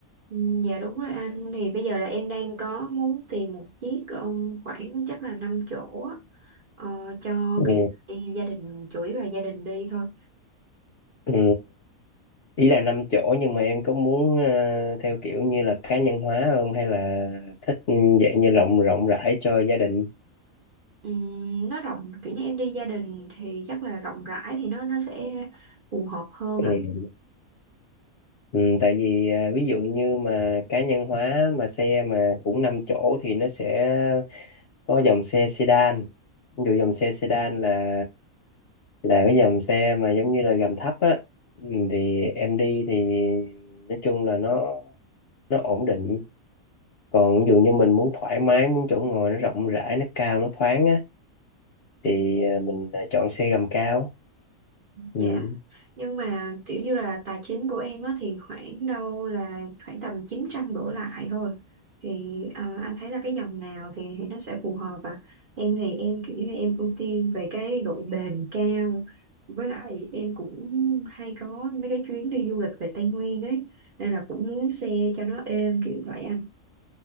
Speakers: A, on the right; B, on the left.
A: Ừ, dạ đúng rồi anh, thì bây giờ là em đang có muốn tìm một chiếc um, khoảng chắc là 5 chỗ á, ờ, cho
B: ừ.
A: kiểu đi gia đình, chủ yếu là gia đình đi thôi
B: Ừ. ý là năm chỗ nhưng mà em có muốn ờ, theo kiểu như là cá nhân hóa không hay là thích ừ, dạng như rộng rộng rãi cho gia đình
A: Ừm, nó rộng kiểu như em đi gia đình thì chắc là rộng rãi thì nó nó sẽ phù hợp hơn
B: ừ.
A: ạ
B: Ừ, tại vì à, ví dụ như mà cá nhân hóa mà xe mà cũng 5 chỗ thì nó sẽ có dòng xe sedan. Ví dụ dòng xe sedan là là cái dòng xe mà giống như là gầm thấp á Ừ, thì em đi thì nói chung là nó nó ổn định. Còn ví dụ như mình muốn thoải mái, muốn chỗ ngồi nó rộng rãi, nó cao, nó thoáng á thì à, mình à, chọn xe gầm cao. Ừ.
A: Dạ. nhưng mà kiểu như là tài chính của em á thì khoảng đâu là khoảng tầm 900 đổ lại thôi thì à, anh thấy là cái dòng nào thì, thì nó sẽ phù hợp ạ em thì em kiểu như em ưu tiên về cái độ bền cao với lại em cũng hay có mấy cái chuyến đi du lịch về Tây Nguyên ấy nên là cũng muốn xe cho nó êm kiểu vậy anh